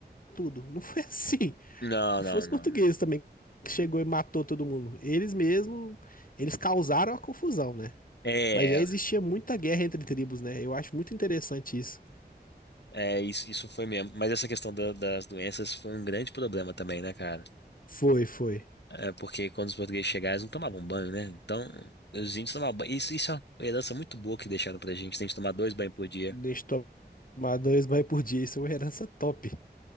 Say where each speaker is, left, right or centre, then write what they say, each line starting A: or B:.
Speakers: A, on the left; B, on the left.
A: tudo. Não foi <laughs> assim.
B: Não,
A: Não
B: não,
A: foi os
B: não.
A: portugueses também que chegou e matou todo mundo. Eles mesmo, eles causaram a confusão, né?
B: É,
A: Mas já existia muita guerra entre tribos, né? Eu acho muito interessante isso.
B: é isso, isso foi mesmo. Mas essa questão da- das doenças foi um grande problema também, né, cara?
A: Foi, foi.
B: É porque quando os portugueses chegaram, eles não tomavam banho, né? Então, os índios tomavam banho. Isso, isso é uma herança muito boa que deixaram pra gente. Tem que tomar dois banhos por dia.
A: Deixa eu tomar dois banhos por dia, isso é uma herança top,